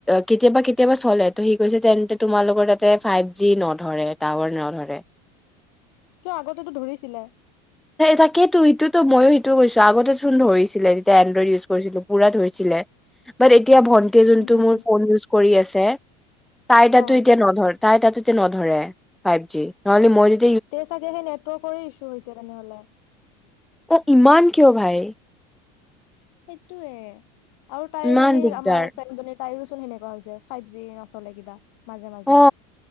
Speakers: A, in the centre; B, on the left.
A: কেতিয়াবা কেতিয়াবা চলে ত সি কৈছে যে তেন্তে তোমালোকৰ তাতে ফাইভ জি নধৰে টাৱাৰ নধৰে
B: কিয় আগতেতো ধৰিছিলে
A: তাকেটো সটোতো ময়ো সেইটো কৈ আগতেচোন ধৰিছিলে তেতিয়া এডইড ইউজ কৰিছিলো পুৰা ধৰিছিলে এতিয়া ভণ্ট এতিয়া যোনটো
B: উম
A: মোৰ ফোনউজ কৰি আছে তাই তাতো
B: অ
A: এতিয়া নধৰে তাই তাতেতে নধৰে ফাইভ জি নহলে মই য
B: এতিয়া চাগে সেই নেটৱৰ্কৰে ইছ্যু হৈছে তেনেহলে
A: অ ইমান কিয় ভাই
B: সেইটোয়ে আৰু তাইৰ
A: ইমান
B: সেই
A: দিগদাৰ
B: আমাৰ ফ্ৰেনজনী তাওঁ সেনেকুৱা হৈছে ফাইভ জি নচলে কিবা মাজে মাজে
A: অ